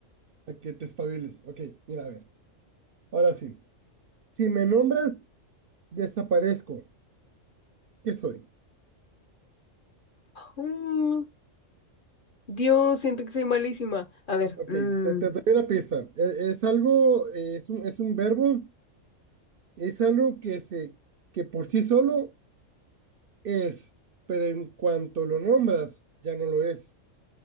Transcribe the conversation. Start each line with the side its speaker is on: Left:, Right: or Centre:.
Right: a que te espabiles. Ok, mira, a ver. Ahora sí. Si me nombras, desaparezco. ¿Qué soy?
Left: Mm, Dios, siento que soy malísima. A ver,
Right: Ok,
Left: mm,
Right: te, te doy una pista. Es, es algo, eh, es un, es un verbo, es algo que se, que por sí solo es, pero en cuanto lo nombras, ya no lo es.